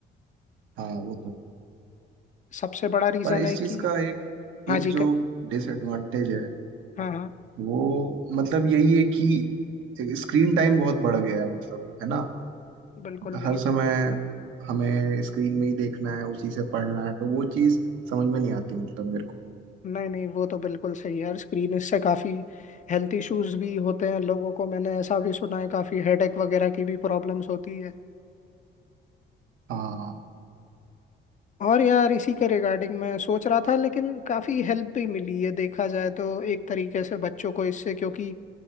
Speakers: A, on the right (about 80°); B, on the left (about 40°).
A: हाँ वो तो
B: सबसे बड़ा रीज़न
A: पर इस
B: है कि
A: चीज का एक
B: हाँ
A: एक
B: जी
A: जो
B: क-
A: डिसएडवांटेज है
B: हाँ हाँ
A: वो मतलब यही है कि स्क्रीन टाइम बहुत बढ़ गया है मतलब है ना
B: बिल्कुल
A: हर
B: बिल्कुल
A: समय हमें स्क्रीन में ही देखना है उसी से पढ़ना है तो वो चीज समझ में नहीं आती मतलब मेरे को
B: नहीं नहीं वो तो बिल्कुल सही है यार स्क्रीन इससे काफ़ी हेल्थ इश्यूज भी होते हैं लोगों को मैंने ऐसा भी सुना है काफ़ी हेडेक वगैरह की भी प्रॉब्लम्स होती है
A: हाँ
B: और यार इसी के रिगार्डिंग मैं सोच रहा था लेकिन काफ़ी हेल्प भी मिली है देखा जाए तो एक तरीके से बच्चों को इससे क्योंकि